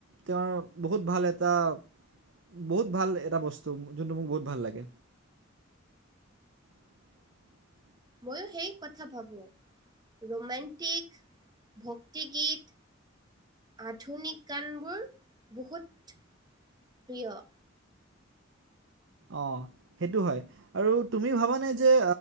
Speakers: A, on the right; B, on the right.
A: তেওঁৰ বহুত ভাল এটা- বহুত ভাল এটা বস্তু, যোনটো মোক বহুত ভাল লাগে। <unintelligible>
B: মইয়ো সেই কথা ভাবোঁ। ৰোমেণ্টিক- ভক্তি গীত- আধুনিক গানবোৰ বহুত প্ৰিয়।
A: অঁ সেইটো হয়। আৰু তুমি ভাবানে যে